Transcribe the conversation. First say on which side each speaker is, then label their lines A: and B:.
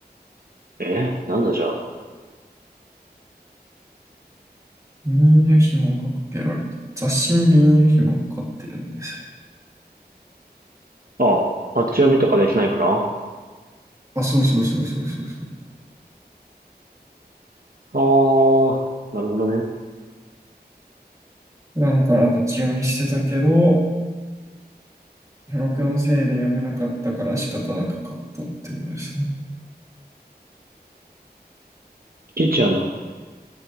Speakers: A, on the right; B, on the right.
A: え、なんだじゃあ。
B: ビニール紐がかけられて、雑誌にビニール紐がかかってるんですよ。
A: ああ、パッチ読みとかできないからあ
B: あ、そうそうそうそうそうそう。
A: あなるほどね。
B: 普段から立ち読みしてたけど、付録のせいで読めなかったから仕方なく買ったってことですね。
A: キッチやな。